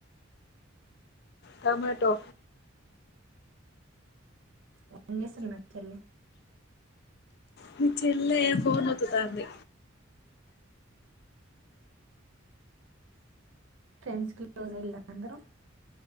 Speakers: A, on the left; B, on the right.
A: టమటో
B: వంగే సల్మల్ చెల్లి
A: మీ చెల్లె ఫోన్ ఓతుతాంది
B: ఫ్రెండ్స్ క్లోస్ ఇల్లా అందరం